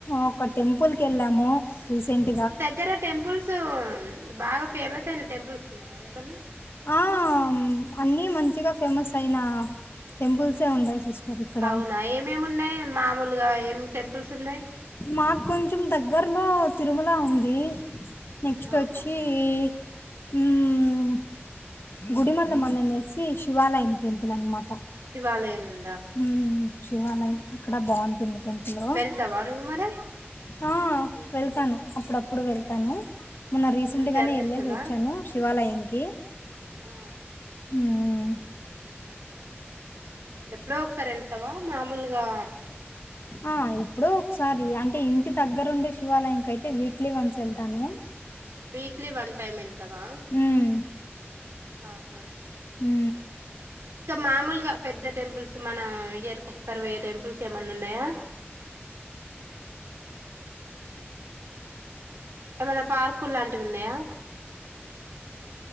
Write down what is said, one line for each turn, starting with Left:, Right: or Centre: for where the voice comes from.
Left: ఒక టెంపుల్ కెళ్ళము రీసెంట్
Right: మీ దగ్గర టెంపుల్స్ బాగా ఫేమస్ అయిన టెంప్లేస్వున్నాయార ఏమన్న
Left: ఆ అన్నీ మంచిగా ఫేమస్ అయిన టెంపుల్సే వుండై సిస్ టర్ ఇక్కడా
Right: అవునా ఏమేమి ఉన్నాయి మామూలుగా ఏం టెంపుల్స్ ఉన్నాయి
Left: మాకొంచం దగ్గర్లో తిరుమల ఉంది నెక్స్ట్చి
Right: ఆహా
Left: ఈ హ్మ్ గుడిమల్ల మానిననేసి శివాలయం టెంపుల్ అనమాట
Right: శివాలయం ఉం
Left: హ్మ్ శివాలయం ఇక్కడ బావుంటుంది టెంపులు.
Right: వెళ్తావా నువ్వు మరి
Left: ఆ వెళ్తాను అప్పుడప్ ప్పుడు వెళ్తాను, మొన్న రీసెంట్
Right: మంచిగా
Left: గానే
Right: అనిపిస్తదా
Left: వెళ్ళేసి వచ్చాను శివాలయంకి.
Right: ఆ
Left: హ్మ్.
Right: ఎప్పుడో ఒకసారి ఎళ్తవా మామూలుగా
Left: ఆ ఎప్పుడో ఒకసారి అంటే ఇంటి దగ్గరుండే శివాలయం కయితే వీక్లీ వన్స్ వెళ్తాను.
Right: వీక్లీ వన్ టైమ్ వెళ్తవా
Left: హ్మ్
Right: ఆహా.
Left: హ్.
Right: ఇంకా మామూలుగా పెద్ద టెంపుల్స్ మన ఇయరికి ఒకసారి పొయ్యే టెంపుల్స్ ఏమన్నా ఉన్నయా. ఏమన్నా పార్కులు లాంటివి ఉన్నయా.